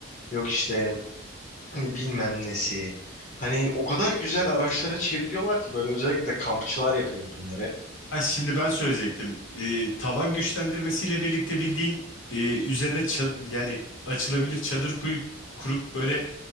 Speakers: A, on the left; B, on the left.
A: yok işte Hani bilmem nesi. Hani o kadar güzel araçlara çeviriyorlar ki böyle özellikle de kampçılar yapıyor bunları.
B: Ha, şimdi ben söyleyecektim. E, tavan güçlendirmesiyle birlikte bildiğin e, üzerine çad- yani açılabilir çadır kuyup kurup böyle